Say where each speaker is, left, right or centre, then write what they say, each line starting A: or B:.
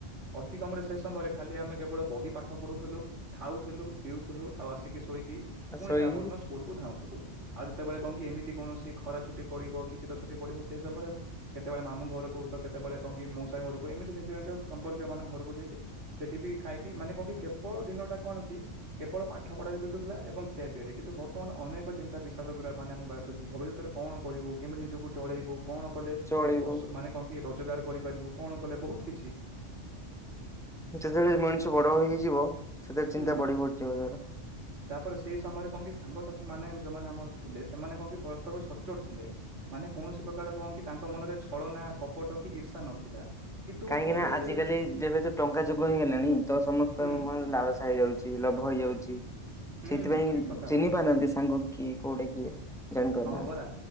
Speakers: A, on the right (about 70°); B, in the centre.
A: ଅତିକମରେ ସେ ସମୟରେ ଖାଲି ଆମେ କେବଳ ବହି ପାଠ ପଢୁଥିଲୁ। ଖାଉଥିଲୁ ପିଉଥିଲୁ ଆଉ ଆସିକି ଶୋଇକି ପୁଣି
B: ଶୋଇ
A: ତା ପରଦିନ ସ୍କୁ ସ୍କୁଲ କୁ ଧାଉଥିଲୁ ଆଉ ଯେତେବେଳେ କଣ କି ଏମିତି କୌଣସି ଖରା ଛୁଟି ପଡିବ କି ଶୀତ ଛୁଟି ପଡିବ ସେଇ ସମୟରେ କେତେବେଳେ ମାମୁ ଘରକୁ ତ କେତେବେଳେ କଣ କି ମଉସା ଘରକୁ ଏମିତି ଜି ଜିଷ ସମ୍ପର୍କୀୟ ମାନଙ୍କ ଘରକୁ ଯାଇକି ସେଠି ବି ଖାଇକି ମାନେ କଣ କି କେବଳ ଦିନଟା କଣ କି? କେବଳ ପାଠ ପଢାରେ ବିତୁଥିଲା ଏବଂ ଖିଆପିଆରେ କିନ୍ତୁ ବର୍ତ୍ତମାନ ଅନେକ ଚିନ୍ତା ବିସାଦଗ ମାନେ ଆମକୁ ଆସୁଛି ଭବିଷ୍ୟତରେ କଣ କରିବୁ କେମିତି ନିଜକୁ ଚଳେଇବୁ କଣ କଲେ
B: ଚଳିବୁ
A: ମାନେ କଣ କି ରୋଜଗାର କରିପାରିବୁ କଣ କଲେ ବହୁତ କିଛି
B: ଯେତେବେଳେ ମଣିଷ ବଡ ହେଇଯିବ ସେତେବେଳେ ଚିନ୍ତା
A: ହୁଁ
B: ବଢି ବଢି ଯିବ ତାର।
A: ତାପରେ ସେଇ ସମୟରେ କଣ କି ସାଙ୍ଗସାଥି ମାନେ ଯୋଉମାନେ ଆମର ଥିଲେ ସେମାନେ କଣ କି ପରସ୍ପର ସଚୋଟ ଥିଲେ। ମାନେ କୌଣସି ପ୍ରକାର କଣ କି ତାଙ୍କ ମନରେ ଛଳନା କପଟ କି ଇର୍ଷା ନଥିଲା। କିନ୍ତୁ
B: କାହିଁକି
A: କଲେଜ
B: ନା ଆଜିକାଲି ଯେବେ ତ ଟଙ୍କା ଯୁଗ ହେଇଗଲାଣି ତ ସମସ୍ତଙ୍କ
A: ହୁଁ
B: ମନରେ ଲାଳସା ହେଇଗଲାଣି। ଲୋଭ ହେଇଯାଉଛି
A: ହୁଁ
B: ସେଇଥିପାଇଁ
A: ଠିକ କଥା
B: ଚିହ୍ନି
A: ଭାଇ।
B: ପାରୁନାହାନ୍ତି ସାଙ୍ଗ କିଏ କୋଉଠେ କିଏ? ଜାଣି ପାରୁନାହାନ୍ତି
A: ହଁ ବରା।